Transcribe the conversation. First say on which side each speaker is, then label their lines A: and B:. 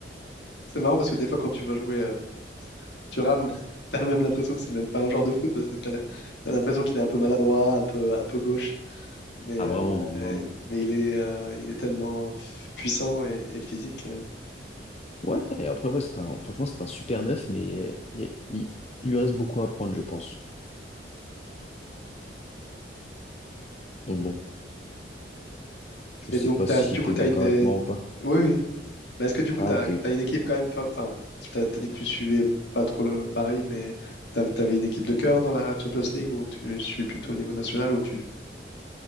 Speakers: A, on the left; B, on the left.
A: C'est marrant parce que des fois, quand tu vas jouer euh, Thuram, <laughs> t'as même l'impression que c'est même pas un joueur de foot parce que t'as la- t'as l'impression qu'il est un peu maladroit, un peu, un peu gauche. Mais,
B: Ah, vraiment,
A: euh,
B: vraiment.
A: mais il est, euh, il est tellement f- puissant et, et physique. euh.
B: Ouais, et après, ouais, c'est un, franchement, c'est un super neuf, mais il, il- il lui reste beaucoup à apprendre, je pense. Donc bon, je
A: Et
B: sais
A: donc,
B: pas
A: t'as,
B: si
A: du coup,
B: t'es
A: t'as
B: d'accord
A: une.
B: avec moi ou pas.
A: Oui, oui, Mais est-ce que du coup,
B: Ah,
A: t'as
B: ok, ok.
A: t'as une équipe quand même, fa- enfin, t'as, t'as dit que tu suivais pas trop le Paris, mais t'av- t'avais une équipe de cœur dans la Champions League ou tu suis plutôt au niveau national ou tu...